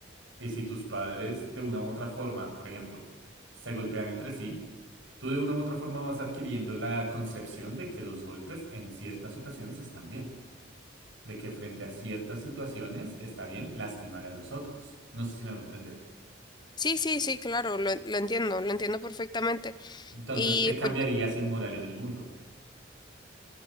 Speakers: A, on the right (about 75°); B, on the left (about 20°).
A: Y si tus padres de una u otra forma, por ejemplo, se golpean entre sí, tú de una u otra forma vas adquiriendo la concepción de que los golpes en ciertas ocasiones están bien, de que frente a ciertas situaciones está bien lastimar a los otros. No sé si me voy a entender.
B: Sí, sí, sí, claro, lo, lo entiendo, lo entiendo perfectamente.
A: Entonces,
B: Y
A: ¿qué cambiaría
B: pues
A: sin moral en el mundo?